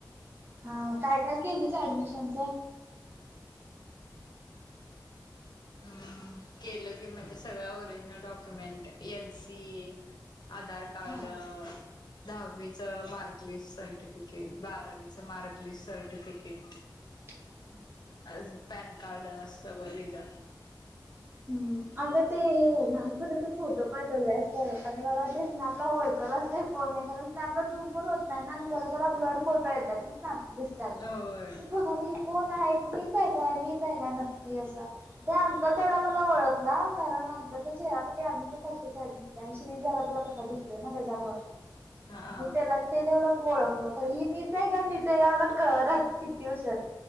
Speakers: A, on the right (about 30°); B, on the left (about 65°).
A: हा काय काय केलीस ऍडमिशनच <unintelligible>
B: हम्म केलं की म्हणजे सगळं original document L C Aadhaar कार्ड
A: हा
B: दहावीचं मार्कलिस्ट सर्टिफिकेट बारावीचं मार्कलिस्ट सर्टिफिकेट
A: <unintelligible>
B: अ पॅन कार्ड अस वैग
A: अग ते हे लहानपणाचे फोटो पाठवलेस प आणि मला ते स्नॅप ला ओळखनच कोण आहे कर स्नॅपला झूम पण होत नाही ना जरा जरा ब्लर फोटो येतात ना स्नॅप दिसतात
B: होय
A: मी बघाली कोण आहे मीच आहे काय मीच आहे का नक्की असं त्या अंकल तेवढा मला ओळख ला कारण अंकलचा चेहरापट्टी अजून पण त दिसते आणि श्री जरा जरा तसा दिसतोय ना त्याच्यामुळ आणि
B: हा
A: मी त्याला ते तेवढं ओळखल खर ही मीच आहे का मी ते का मला कळनाच किती उशर